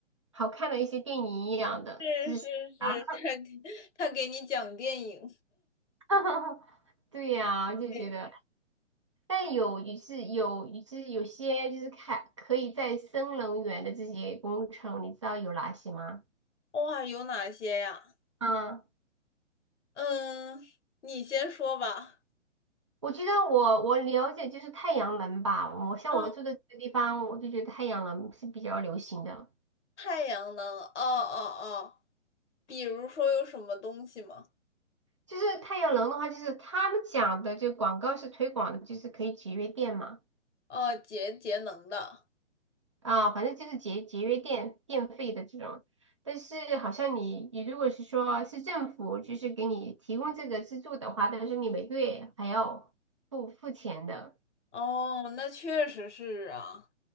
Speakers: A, on the right; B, on the left.
A: 好看的一些电影一样的
B: 是是是，
A: 啊。
B: 他给他给你讲电影，
A: <laughs> 对呀、我就觉得，
B: 对，
A: 但有也是有，就是有些就是看可以再生能源的这些工程，你知道有哪些吗？
B: 哇，有哪些呀？
A: 嗯，
B: 嗯，你先说吧。
A: 我觉得我我了解就是太阳能吧，我像我住的这个地方，
B: 嗯，
A: 我就觉得太阳能是比较流行的。
B: 太阳能，哦哦哦，比如说有什么东西吗？
A: 就是太阳能的话，就是他们讲的，就广告是推广的，就是可以节约电嘛，
B: 哦，节节能的，
A: 啊，反正就是节节约电电费的这种。但是好像你你如果是说是政府就是给你提供这个资助的话，但是你每个月还要付付钱的。
B: 哦，那确实是啊。